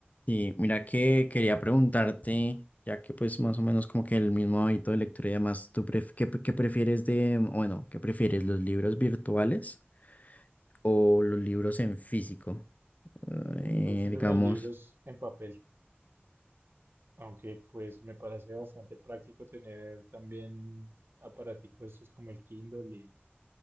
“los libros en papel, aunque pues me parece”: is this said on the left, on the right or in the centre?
Right